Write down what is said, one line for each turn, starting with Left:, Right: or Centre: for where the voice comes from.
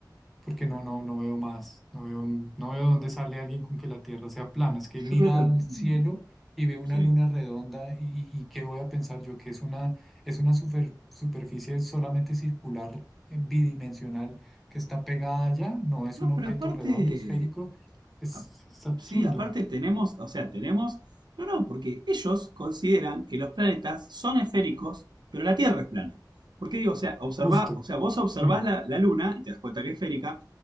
Centre: porque no, no, no veo más, no veo, no veo dónde sale alguien con que la Tierra sea plana.
Right: Mm,
Centre: Es que
Right: Yo
Centre: mira
Right: creo que.
Centre: al
Right: mm,
Centre: cielo y ve una
Right: Sí.
Centre: luna redonda y, y- y qué voy a pensar yo, que es una, es una super- superficie solamente circular, eh, bidimensional, que está pegada allá, no es
Right: No,
Centre: un objeto
Right: pero aparte,
Centre: redondo, esférico, es,
Right: a-
Centre: es absurdo,
Right: sí, aparte tenemos, o sea, tenemos, no, no, porque ellos consideran que los planetas son esféricos, pero la Tierra es plana. Porque digo, o sea, observa,
Centre: justo.
Right: o sea, vos observás
Centre: Sí,
Right: la, la Luna y te das cuenta que es esférica,